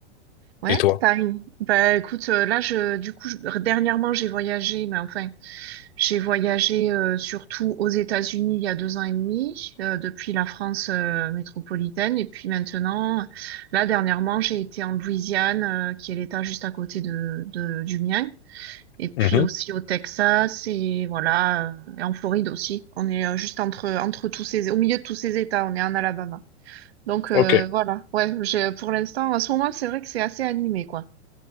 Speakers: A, on the right; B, on the left.
A: Ouais,
B: Et toi?
A: t'as une. Bah écoute, euh, là je du coup je- dernièrement j'ai voyagé, mais enfin j'ai voyagé euh, surtout aux États-Unis il y a deux ans et demi, euh, depuis la France euh, métropolitaine, et puis maintenant, là dernièrement j'ai été en Louisiane, euh, qui est l'État juste à côté de, de- du mien, et puis
B: Mhm.
A: aussi au Texas et voilà, euh, et en Floride aussi. On est euh, juste entre entre tous ces au milieu de tous ces États, on est en Alabama. Donc euh,
B: Ok.
A: voilà, ouais, j'ai pour l'instant, en ce moment, c'est vrai que c'est assez animé, quoi.